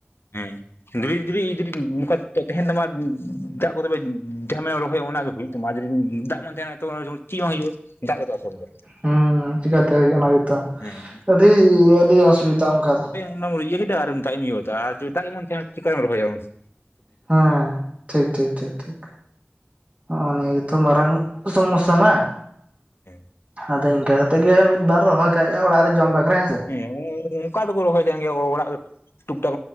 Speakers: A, on the left (about 70°); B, on the right (about 35°).
A: ᱦᱮᱸ <unintelligible> ᱱᱚᱝᱠᱟ ᱛᱚ ᱛᱮᱦᱮᱱ ᱫᱚ ᱱᱚᱣᱟ ᱫᱟᱜ ᱠᱚ ᱛᱚᱵᱮ ᱡᱷᱟᱢᱮ <unintelligible> ᱨᱚᱦᱚᱭ ᱚᱱᱟᱜ ᱫᱚ ᱦᱩᱭᱩᱜ ᱛᱟᱢᱟ, ᱡᱩᱫᱤ ᱫᱟᱜ ᱵᱟᱝ ᱛᱟᱦᱮᱱᱟ ᱛᱚ <unintelligible> ᱪᱮᱜ ᱦᱚᱸ ᱦᱩᱭᱩᱜ <unintelligible>
B: ᱦᱩᱸ ᱪᱤᱠᱟᱛᱮ ᱦᱩᱭᱩᱜᱼᱟ ᱚᱱᱟ ᱜᱮᱛᱚ?
A: ᱦᱮᱸ
B: ᱟᱹᱰᱤ ᱟᱹᱰᱤ ᱚᱥᱩᱵᱤᱫᱷᱟ ᱚᱱᱠᱟ ᱫᱚ
A: ᱚᱱᱟ ᱤᱭᱟᱹ <unintelligible> ᱡᱚ ᱮᱴᱟᱦᱤ ᱦᱚᱸ ᱪᱮᱠᱟᱧ ᱨᱚᱦᱚᱭᱟ ᱢᱟᱥᱮ
B: ᱦᱚᱸ᱾ ᱴᱷᱤᱠ-ᱴᱷᱤᱠ-ᱴᱷᱤᱠ-ᱴᱷᱤᱠ ᱚᱸ ᱱᱤᱭᱟᱹ ᱜᱮᱛᱚ ᱢᱟᱨᱟᱝ ᱥᱚᱢᱚᱥᱼᱥᱟ ᱢᱟ᱾
A: ᱦᱮᱸ‌᱾
B: ᱟᱫᱚ ᱤᱸᱠᱟ ᱠᱟᱛᱮᱜ ᱜᱮ ᱢᱤᱫ ᱵᱟᱨ ᱨᱚᱦᱚᱭ ᱠᱟᱠ‌ ᱦᱩᱭᱩᱜᱼᱟ ᱚᱲᱟᱜ ᱨᱮ ᱡᱚᱢ ᱵᱟᱠᱷᱨᱟ ᱦᱮᱸᱥᱮ᱾
A: ᱦᱮᱸᱻ ᱚᱱᱠᱟ ᱫᱚᱠᱚ ᱨᱚᱦᱚᱭ ᱛᱟᱦᱮᱱ ᱜᱮᱭᱟ ᱚᱲᱟᱜ ᱴᱩᱠ ᱴᱟᱠ